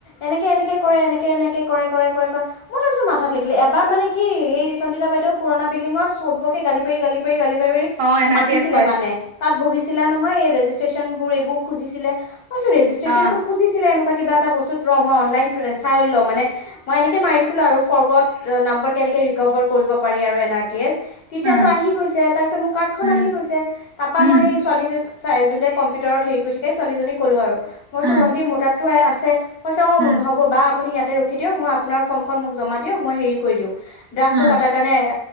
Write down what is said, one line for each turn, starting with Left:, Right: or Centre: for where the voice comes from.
Left: এনেকে, এনেকে কৰে, এনেকে, এনেকে, কৰে, কৰে, কৰে, কৰে। মই তাৰপিছত মাথাত লাগিল, এবাৰ মানে কি এই চন্দিতা বাইদেউক পুৰণা বিল্ডিঙত, চবকে গালি পৰি, গালি পৰি, গালি পাৰি,
Right: অ এন
Left: মাতিছিলে
Right: আৰ টি এছ কৰাইছে
Left: মানে। তাত বহিছিলে নহয়, এই ৰেজিষ্ট্ৰেশচন বোৰ এইবোৰ খুজিছিলে, মই বোলো ৰেজিষ্ট্ৰেশনটো
Right: অ
Left: খোজ ছিলে, এনেকুৱা কিবা এটা বস্তুত, ৰ' মই অনলাইন চাই লওঁ, মানে মই এনেকে মাৰিছিলোঁ আৰু ফৰ্গত নাম্বাৰ কেনেকে ৰিকভাৰ কৰিব পাৰি আৰু এন আৰ টি এছ। তেতিয়াতো
Right: উম
Left: আহি গৈছে, তাৰপিছত মোৰ কাৰ্ড খন
Right: উম
Left: আহি গৈছে, তাৰপা
Right: উম
Left: মই সেই ছোৱালীজনী ই, যোনতোৱে কম্পিউটাৰত হেৰি কৰি থাকে, ছোৱালীজনীক ক'লো আৰু, মই কৈছোঁ,
Right: উম
Left: ভণ্টি মোৰ তাততো আছে। কৈছে অ',
Right: উম
Left: হ'ব, বা আপুনি ইয়াতে ৰখি দিয়ক, মই আপোনাৰ ফৰ্মখন মোক জমা দি দিয়ক, মই হেৰি কৰি দিওঁ। ড্ৰাফটো
Right: উম,
Left: কটাৰ কাৰণে